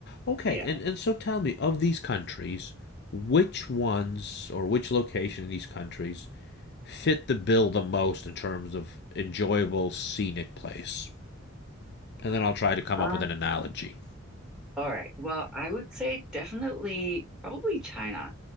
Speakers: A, on the left; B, in the centre.
A: Okay,
B: Yeah.
A: and, and so tell me, of these countries, which ones or which location in these countries fit the bill the most in terms of enjoyable scenic place? And then I'll try to come
B: Um,
A: up with an analogy.
B: all right. Well, I would say definitely probably China.